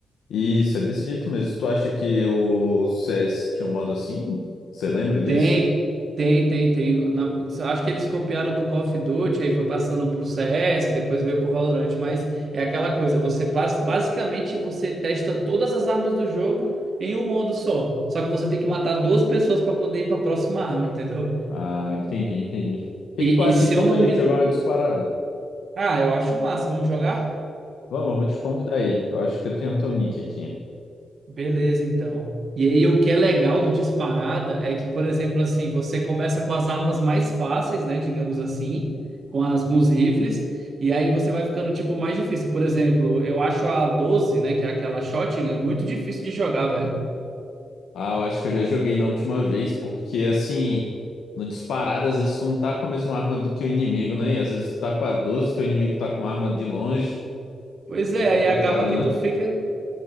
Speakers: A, on the left; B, on the right.
A: Isso, é desse jeito mesmo. Tu acha que o CS tinha um modo assim? Você lembra disso?
B: Tem, tem, tem, tem. Na- acho que eles copiaram do Call of Duty, aí foi passando pro CS, depois veio pro Valorant. Mas é aquela coisa, você passa. Basicamente, você testa todas as armas do jogo em um modo só. Só que você tem que matar duas pessoas para poder ir para a próxima arma, entendeu?
A: Ah, entendi, entendi. O que
B: E,
A: que tu acha
B: e se
A: então
B: eu não
A: da gente
B: me.
A: jogar uma disparada?
B: Ah, eu acho massa, vamos jogar?
A: Vamos, eu vou te convidar aí. Eu acho que eu tenho até
B: Be-
A: o nick aqui.
B: Beleza, então. E aí, o que é legal do disparada é que, por exemplo, assim, você começa com as armas mais fáceis, né? Digamos assim, com as, com os rifles, e aí você vai ficando, tipo, mais difícil. Por exemplo, eu acho a 12 né? Que é aquela shotgun, muito difícil de jogar, velho.
A: Ah, eu acho que eu já joguei na última vez, porque assim, no disparado, às vezes tu não tá com a mesma arma do que o inimigo, né? E às vezes tu tá com a 12, teu inimigo tá com uma arma de longe.
B: Pois é,
A: É complicado,
B: aí acaba que tu fica.